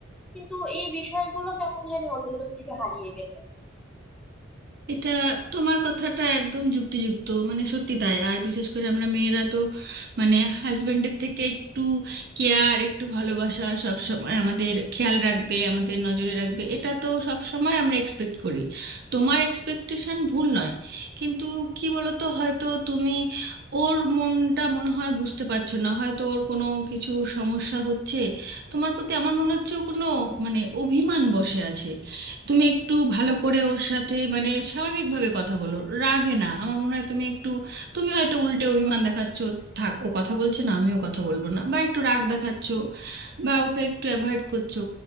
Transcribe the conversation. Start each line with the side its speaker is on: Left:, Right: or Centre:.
Centre: কিন্তু এই বিষয়গুলো কেমন জানি ওর ভেতর থেকে হারিয়ে গেছে
Right: এটা তোমার কথাটা একদম যুক্তিযুক্ত মানে সত্যি তাই আর বিশেষ করে আমরা মেয়েরা তো মানে হাজবেন্ডের থেকে একটু কেয়ার একটু ভালোবাসা সব সময় আমাদের খেয়াল রাখবে আমাদের নজরে রাখবে এটা তো সব সময় আমরা এক্সপেক্ট করি তোমার এক্সপেকটেশন ভুল নয় কিন্তু কি বলতো হয়তো তুমি ওর মনটা মনে হয় বুঝতে পারছো না হয়তো ওর কোনো কিছু সমস্যা হচ্ছে তোমার প্রতি আমার মনে হচ্ছে ও কোনো মানে অভিমান বসে আছে তুমি একটু ভালো করে ওর সাথে মানে স্বাভাবিকভাবে কথা বলো রাগে না আমার মনে হয় তুমি একটু তুমি হয়তো উল্টে অভিমান দেখাচ্ছ থাক ও কথা বলছে না আমিও কথা বলবো না বা একটু রাগ দেখাচ্ছ বা ওকে একটু অ্যাভয়েড করছো